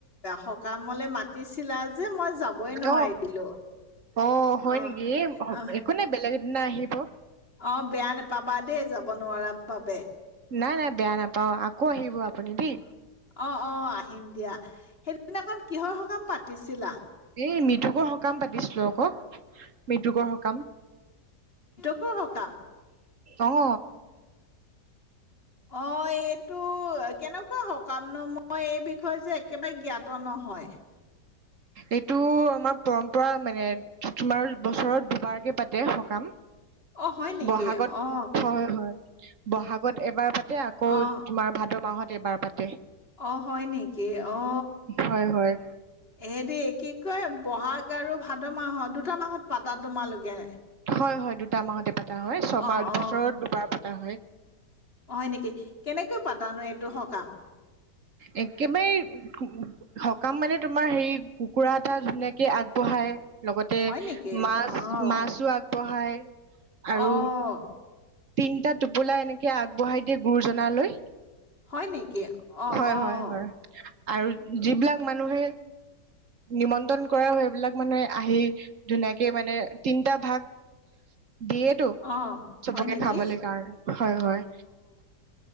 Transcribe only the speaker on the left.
সকামলে মাতিছিলা যে মই যাবই নোৱাৰিলো
অ
অ
অ, বেয়া নাপাবা দেই, যাব নোৱাৰা বাবে।
অ, 'অ আহিম দিয়া। সেইটো সদিনাখন কিহৰ সকাম পাতিছিলা।
আক সকাম।
অ, এইটো কেনেকুৱা সকামনো, মই এই বিষয়ে যে, একেবাৰে জ্ঞাত নহয়।
অ, হয়। নেকি
অ।
অ',
অ, হয়। নেকি অ,
এ, দেই কি ক ব'হাগ আৰু ভাদ মাহৰ দুটা মাহত পাতা তোমালোকে।
অ',
অ',
হয় নেকি কেনেকৈ পাতানো এইটো সকাম।
হয় নেকি?
অ',
অ',
হয, নেকি। অ',
অ',
অ',
হয় নেকি?